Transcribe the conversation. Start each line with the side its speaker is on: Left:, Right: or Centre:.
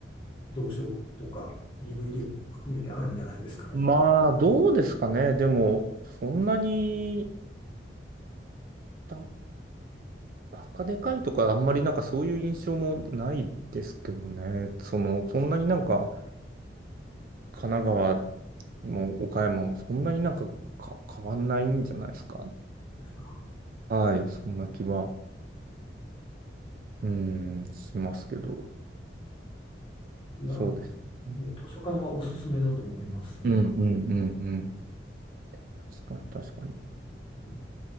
Left: 蔵書とか DVD 含めてあるんじゃないですかね。
Right: まあ、どうですかね。でも、そんなに、ばバカでかいとか、あんまりなんかそういう印象もないですけどね。その、そんなになんか、神奈川も岡山もそんなになんか、か、変わんないんじゃないですか。
Left: ですか。
Right: はい、そんな気は。うん、しますけど、
Left: いや、
Right: そうですね。
Left: ね図書館はおすすめだと思います。は
Right: うん、うん、うん、うん。確かに、確かに。
Left: い